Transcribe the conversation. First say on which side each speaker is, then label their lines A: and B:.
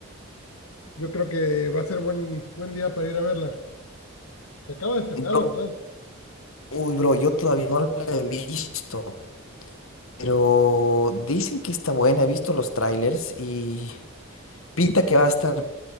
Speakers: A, on the left (about 85°); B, on the left (about 70°).
A: yo creo que va a ser buen, buen día para ir a verla. Se acaba de estrenar,
B: Bro,
A: la verdad.
B: uy, bro, yo todavía no la he visto, pero dicen que está buena. He visto los trailers y pinta que va a estar